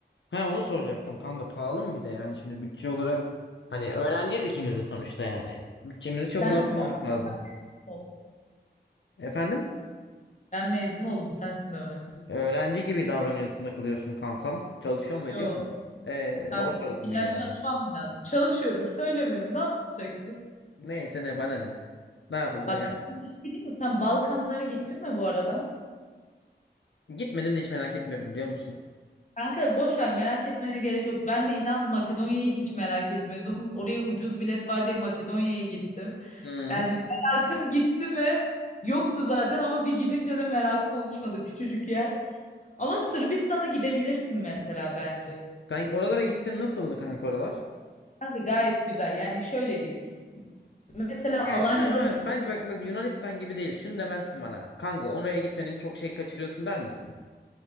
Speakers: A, on the left; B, on the left.
A: Ha onu soracaktım kanka pahalı mı bir de yani şimdi bütçe olarak hani öğreneceğiz ikimiz de sonuçta yani. Bütçemizi çok
B: Sensin
A: zorlamamak
B: öğrenci.
A: lazım.
B: Ben mezun oldum.
A: Efendim?
B: Sen mezun oldum. Sensin öğrenci.
A: Öğrenci gibi davranıyorsun takılıyorsun kankam. Çalışıyor mu
B: Yo.
A: ediyor mu? Ee,
B: Kanka
A: baba parası
B: illa
A: mı yiyorsun
B: çalışmam
A: hala?
B: mı lazım? Çalışıyorum, söylemiyorum. Ne yapacaksın?
A: Neyse ne bana ne. Ne yapıyorsan
B: Bak
A: yani.
B: sana bir şey diyeyim mi? Sen Balkanlara gittin mi bu arada?
A: Gitmedim de hiç merak etmiyorum biliyor musun?
B: Kanka boş ver merak etmene gerek yok. Ben de inan Makedonya'yı hiç merak etmiyordum. Oraya ucuz bilet var diye Makedonya'ya gittim.
A: Hı.
B: Yani merakım gitti mi? Yoktu zaten ama bir gidince de merakım oluşmadı küçücük yer. Ama Sırbistan'a gidebilirsin mesela bence.
A: Kanka oralara gittin nasıldı kanka oralar?
B: Kanka gayet güzel. Yani şöyle diyeyim. Mesela
A: Yani
B: Alanya'da
A: şunu ama bence bak bak Yunanistan gibi değil. Şunu demezsin bana. Kanka oraya gitmenin çok şey kaçırıyorsun der misin?